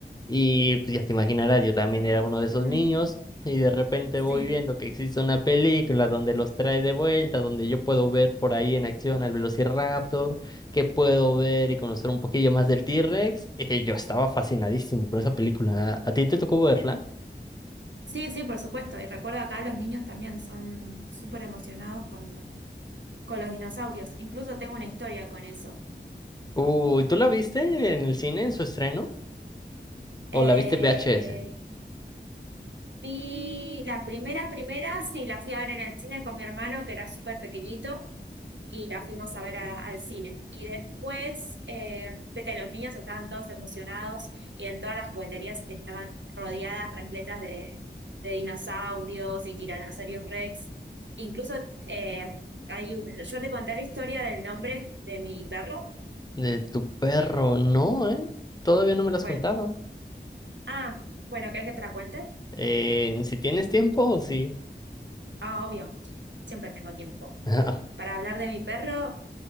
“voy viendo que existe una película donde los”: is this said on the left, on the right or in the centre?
Left